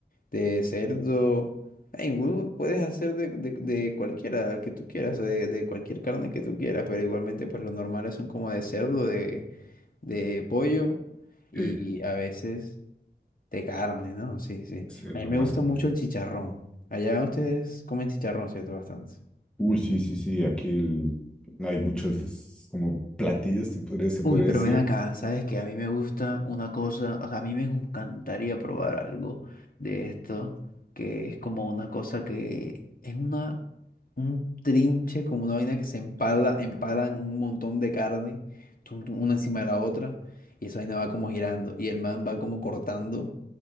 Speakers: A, on the left (about 55°); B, in the centre.
A: de cerdo. Ay, igual puedes hacer de, de- de cualquiera que tú quieras, o de, de cualquier carne que tú quieras, pero igualmente pues los normales son como de cerdo, de, de pollo y
B: Sí,
A: a veces de carne, ¿no? Sí, sí.
B: sí, lo
A: A mí me
B: más.
A: gusta
B: común.
A: mucho el chicharrón. Allá ustedes comen chicharrón, ¿cierto? Bastante.
B: Uy, sí, sí, sí, aquí el- hay muchos es como platillos, se podría, se podría
A: Uy, pero
B: decir.
A: ven acá, sabes que a mí me gusta una cosa, o sea, a mí me encantaría probar algo de esto, que es como una cosa que es una, un trinche, como una vaina que se empala, empalan un montón de carne, tum, tum, una encima de la otra, y esa vaina va como girando, y el man va como cortando